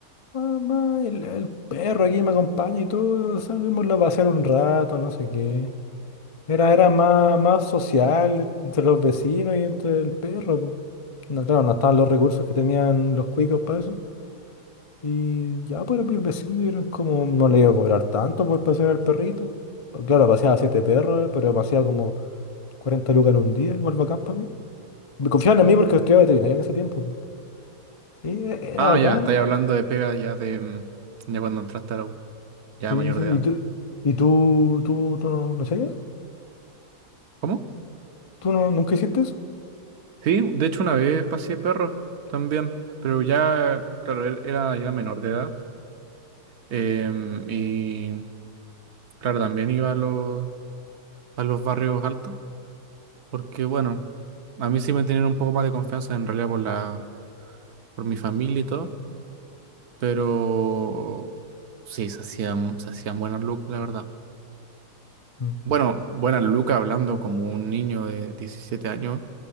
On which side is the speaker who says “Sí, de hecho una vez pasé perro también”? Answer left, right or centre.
Right